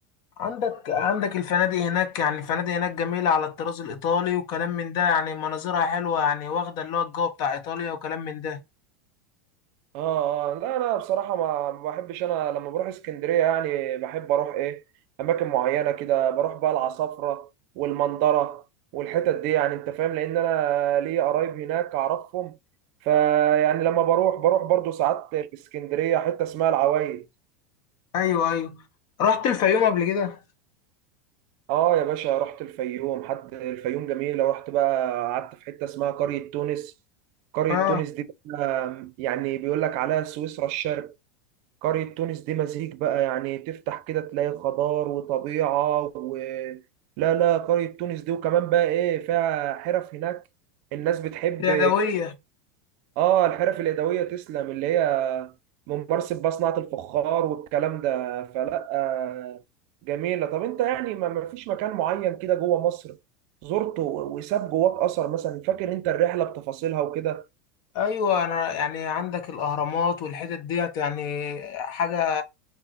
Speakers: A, on the left; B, on the right.
A: عندك عندك الفنادق هناك يعني الفنادق هناك جميلة على الطراز الإيطالي وكلام من ده يعني مناظرها حلوة يعني واخدة اللي هو الجو بتاع إيطاليا وكلام من ده
B: اه آه، لا انا بصراحه ما ما بحبش انا لما بروح اسكندريه يعني بحب اروح ايه اماكن معينه كده بروح بقى العصافره والمنظره والحتت دي يعني انت فاهم لان انا لي قرايب هناك اعرفهم فيعني لما بروح بروح برضو ساعات في اسكندريه حته اسمها العوايد
A: أيوه أيوه رحت الفيوم قبل كده
B: اه يا باشا رحت الفيوم حد الفيوم جميله ورحت بقى قعدت في حته اسمها قريه تونس قريه
A: اه
B: تونس دي بقى يعني بيقول لك عليها سويسرا الشرق قرية تونس دي مزيج بقى يعني تفتح كده تلاقي خضار وطبيعة و لا لا قرية تونس دي وكمان بقى ايه فيها حرف هناك الناس بتحب
A: اليدوية
B: اه الحرف اليدوية تسلم اللي هي ممارسة بقى صناعة الفخار والكلام ده فلا آه، جميلة طب انت يعني ما ما فيش مكان معين كده جوه مصر زرته و- وساب جواك اثر مثلا فاكر انت الرحلة بتفاصيلها وكده
A: أيوه أنا يعني عندك الأهرامات والحتت ديت يعني حاجة